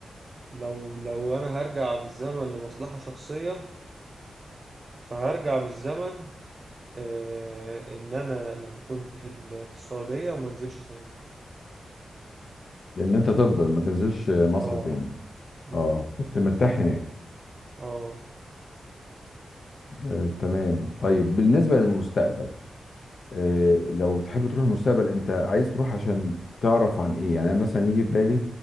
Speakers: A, on the right; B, on the left.
A: لو لو انا هرجع بالزمن لمصلحة شخصية فهرجع بالزمن آه ان انا لما كنت في ال- في السعودية وما انزلش تاني
B: لان انت تفضل ما تنزلش مصر
A: اه
B: تاني
A: أمم،
B: اه كنت مرتاح هناك
A: اه
B: آه تمام طيب بالنسبة للمستقبل آه، لو تحب تروح المستقبل انت عايز تروح عشان تعرف عن ايه يعني انا مثلا يجي في بالي